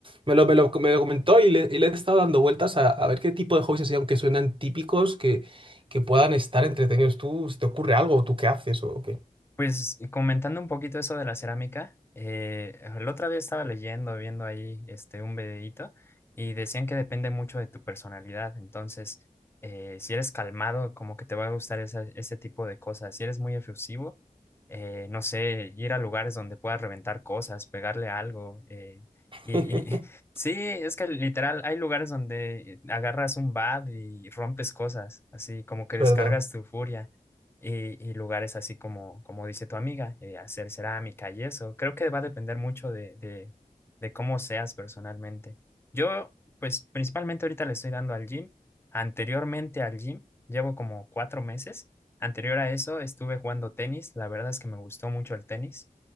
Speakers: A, on the right; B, on the left.
A: me lo, me lo, me lo comentó y le, y le he estado dando vueltas a, a ver qué tipo de hobbies así, aunque suenan típicos, que, que puedan estar entretenidos. ¿Tú, se te ocurre algo o tú qué haces o qué?
B: Pues y comentando un poquito eso de la cerámica, eh, la otra vez estaba leyendo, viendo ahí este, un videíto y decían que depende mucho de tu personalidad. Entonces, eh, si eres calmado, como que te va a gustar esa- ese tipo de cosas. Si eres muy efusivo, eh, no sé, ir a lugares donde puedas reventar cosas, pegarle algo. eh, y,
A: <laughs>
B: y <laughs> sí, es que literal, hay lugares donde agarras un bat y rompes cosas, así como
A: Es
B: que descargas
A: verdad.
B: tu furia y, y lugares así como, como dice tu amiga, eh, hacer cerámica y eso. Creo que va a depender mucho de, de, de cómo seas personalmente. Yo, pues principalmente ahorita le estoy dando al gym. Anteriormente al gym, llevo como cuatro meses. Anterior a eso estuve jugando tenis. La verdad es que me gustó mucho el tenis.